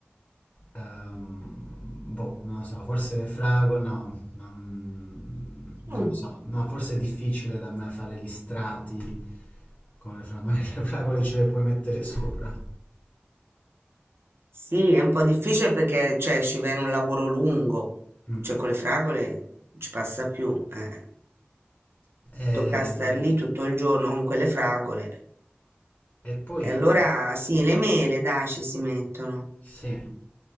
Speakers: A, on the left; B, on the right.
A: ehm, boh, non lo so, forse le fragole, no, non, non
B: Mm.
A: lo so. No, forse è difficile da me fare gli strati con le fragole. <laughs> Magari le fragole ce le puoi mettere sopra.
B: Sì, è un po' difficile perché, cioè, ci viene un lavoro lungo,
A: Mm.
B: cioè con le fragole non ci passa più, eh.
A: Eh,
B: Tocca star lì tutto il giorno con quelle fragole.
A: E, poi...
B: E allora sì, le mele, dai, ci si mettono.
A: Sì.